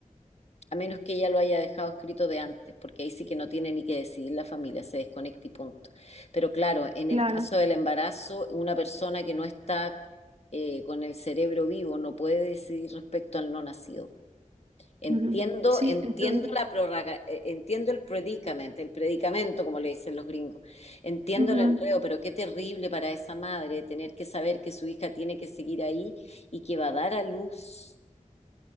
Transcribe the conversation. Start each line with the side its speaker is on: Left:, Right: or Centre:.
Left: a menos que ella lo haya dejado escrito de antes, porque ahí sí que no tiene ni que decidir la familia, se desconecta y punto. Pero claro, en
Right: Claro.
Left: el caso del embarazo, una persona que no está eh, con el cerebro vivo no puede decidir respecto al no nacido. Entiendo,
Right: Ujú. Sí,
Left: entiendo
Right: entonces,
Left: la prórroga, eh, entiendo el predicamento, el predicamento, como le dicen los gringos. Entiendo
Right: ujú,
Left: el enredo, pero qué terrible para esa madre tener que saber que su hija tiene que seguir ahí y que va a dar a luz